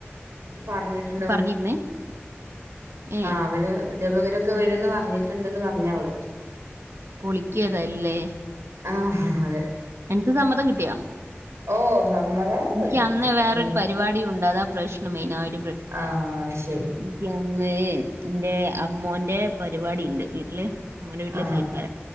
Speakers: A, on the right (about 90°); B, on the right (about 70°).
A: പറഞ്ഞിട്ടുണ്ട്
B: പറഞ്ഞിരുന്നേ? ഏഹ്
A: അവര് അധ്യാപകര് വരുവെന്ന് പറഞ്ഞിട്ടുണ്ടന്ന് പറഞ്ഞവള്
B: പൊളിക്കിയതല്ലേ
A: ആഹ് അതെ
B: എനക്ക് സമ്മതം കിട്ടിയോ?
A: ഓ സമ്മതം
B: എനിക്ക്
A: കിട്ടിയിട്ടുണ്ട്
B: അന്ന് വേറൊരു
A: എന്നോട്
B: പരിപാടി ഉണ്ട് അതാ പ്രശ്നം മെയിനായിട്ട്
A: ആഹ് ശരി
B: എനിക്ക് അന്ന് എൻ്റെ അ മോന്റെ പരിപാടി ഉണ്ട് വീട്ടില് അമ്മോന്റെ വീട്ടില്
A: ആ
B: സൽക്കാരം